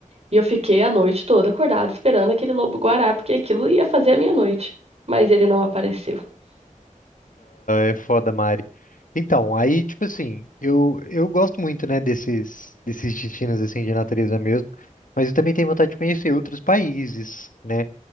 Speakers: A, on the right; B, on the left.
A: E eu fiquei a noite toda acordada esperando aquele lobo-guará, porque aquilo ia fazer a minha noite. Mas ele não apareceu.
B: É foda, Mari. Então, aí, tipo assim, eu, eu gosto muito, né, desses, desses destinos, assim, de natureza mesmo, mas eu também tenho vontade de conhecer outros países, né?